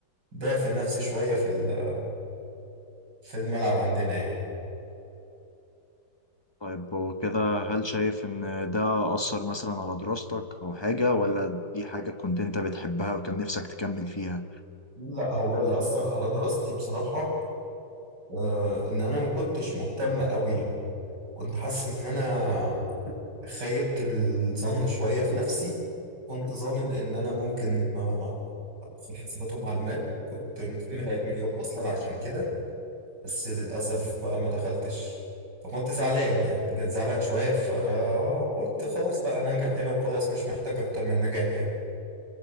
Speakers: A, on the right; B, on the left.
A: دافن نفسي شوية في ال- في الملعب عندنا يعني
B: طيب وكده هل شايف ان ده أثر مثلا على دراستك او حاجة ولا دي حاجة كنت انت بتحبها وكان نفسك تكمل فيها
A: لا هو اللي أثر على دراستي بصراحة آه، إن أنا ما كنتش مهتم أوي يعني كنت حاسس إن أنا خيبت الظن شوية في نفسي كنت ظانن إن أنا ممكن آه، في حسابات ومعلومات كنت مكمل علم رياضة أصلا عشان كده بس للأسف بقى ما دخلتش فكنت زعلان يعني زعلان شوية فقلت خلاص بقى أنا أنجح هنا وخلاص مش محتاج أكتر من نجاح يعني